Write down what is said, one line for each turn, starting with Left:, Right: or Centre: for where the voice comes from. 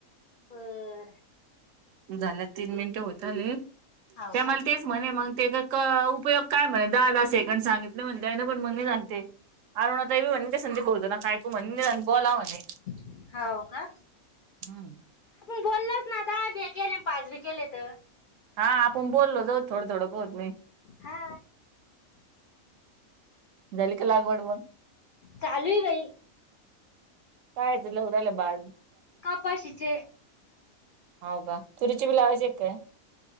Left: बर
Right: झाल्या तीन मिनिटे होतले
Left: हाव
Right: त्या
Left: का
Right: मला तेच म्हणे मग त्याचा उपयोग काय म्हणेल दहा दहा सेकंड सांगितले म्हणतेय ना पण मग जाणते अरुणा ताई हीबी म्हणे ते संदीप भाऊच होत नका ऐकू म्हणे बोला म्हणे
Left: हो का.
Right: हम्म.
Left: बोललच ना आ बी केले पाच बी केले तर
Right: हा आपण बोललो जाऊ थोडं थोडं कोत नाही
Left: हा
Right: झाली लागवड मग
Left: तर चालू बाई
Right: कायची लाहुरला बाद
Left: का पाक्षच
Right: हो का चुरीचे बि लावाज एकय?